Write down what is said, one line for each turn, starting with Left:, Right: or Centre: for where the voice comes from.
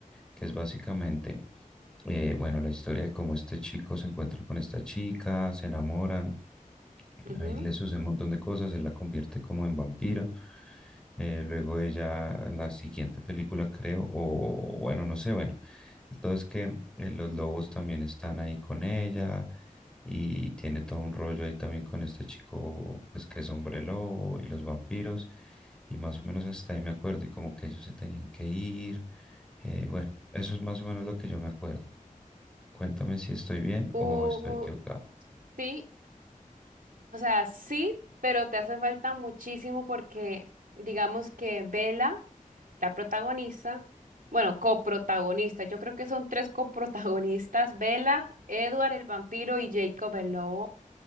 Centre: que es básicamente, eh, bueno, la historia de cómo este chico se encuentra con esta chica, se enamoran.
Right: Ujú.
Centre: Ahí le sucede un montón de cosas, él la convierte como en vampira. Eh, luego ella, en la siguiente película creo, o bueno, no sé, bueno. El todo es que eh, los lobos también están ahí con ella y tiene todo un rollo ahí también con este chico, pues que es hombre lobo y los vampiros. Y más o menos hasta ahí me acuerdo y como que ellos se tenían que ir. Eh, bueno, eso es más o menos lo que yo me acuerdo. Cuéntame si estoy bien
Right: Uh,
Centre: o estoy equivocado.
Right: sí, o sea, sí, pero te hace falta muchísimo porque digamos que Vela la protagonista, bueno, coprotagonista, yo creo que son tres coprotagonistas, Bella, Edward el vampiro y Jacob el lobo.